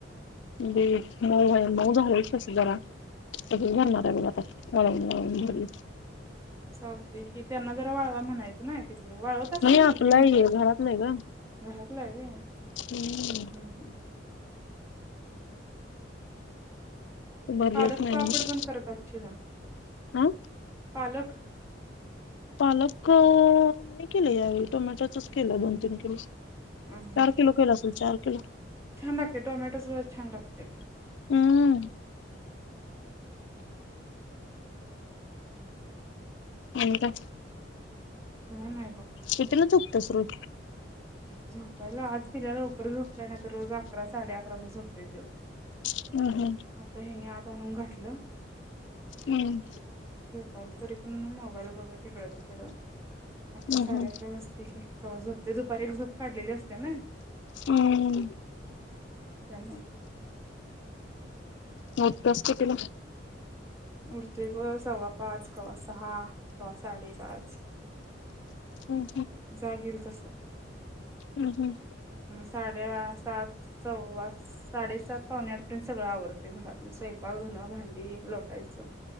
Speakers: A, on the left; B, on the right.
A: दे मऊ हाय मऊ झालच तस जरा तसच भरणार आहे बघ आता वाळवून वळवून भरली
B: चालतय की त्यांना जरा वाळवा म्हणायच नाय ते वाळवत असतील
A: नाही आपलं
B: की घरी नेल्यावर
A: आहे घरातलं आहे ग
B: घरातल आहे व्हय
A: ते
B: हम्
A: भरलेच
B: पालक
A: नाही
B: पापड
A: मग
B: पण करत असशील ना
A: हा
B: पालक
A: पालक नाही केल यावेळी टोमॅटोचच केल दोन तीन किलो चार
B: हा हा.
A: किलो केलं असल. चार किलो
B: छान लागतय टोमॅटो साॅस छान लागतय
A: हम्म <inaudible> आणि काय
B: काय नाय
A: किती ला झोपण्यास रोज
B: झोपायला आज तिला लवकर झोपल्या ना तर रोज अकरा साडेअकराला झोपतोय तो
A: हम्म
B: आता हे हेनी ताणून घातल.
A: <inaudible> हम्म
B: पण तरी पण मी मोबाईल बघत इकड तिकड अकरा
A: हम्म
B: साडे अकरा वाजते की कवा झोपतय दुप दुपारी एक झोप काढलेली असते ना
A: हम्म <inaudible>
B: त्यामुळे
A: टूथपेस्ट कितीला?
B: उठतोय बघा सव्वा पाच कवा सहा पाच-साडेपाच
A: हम्म
B: जाग येईल तस
A: हम्म हम्म
B: हम साडे सात सव्वा साडेसात पावणे आठ पर्यंत सगळ आवरते घरातल स्वयंपाक धुणं भांडी लोटायच